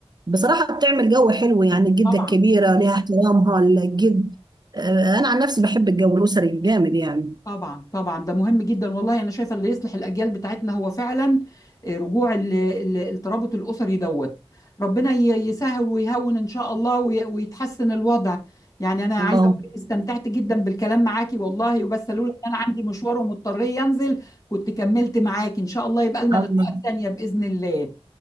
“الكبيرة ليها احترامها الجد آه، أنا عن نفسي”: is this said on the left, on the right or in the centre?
Right